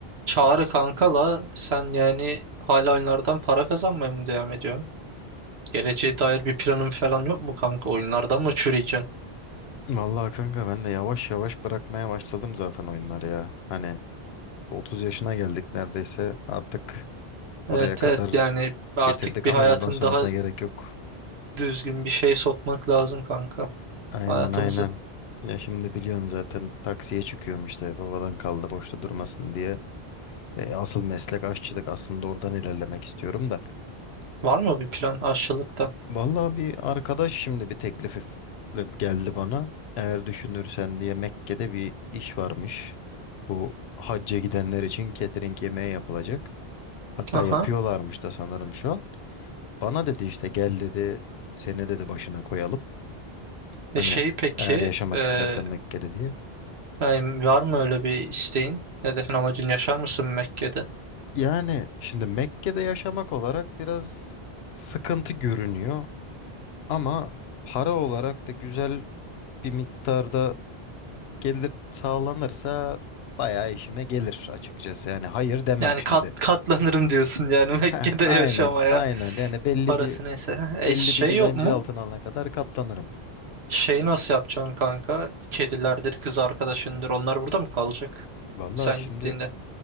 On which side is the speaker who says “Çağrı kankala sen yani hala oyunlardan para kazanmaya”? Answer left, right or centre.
Right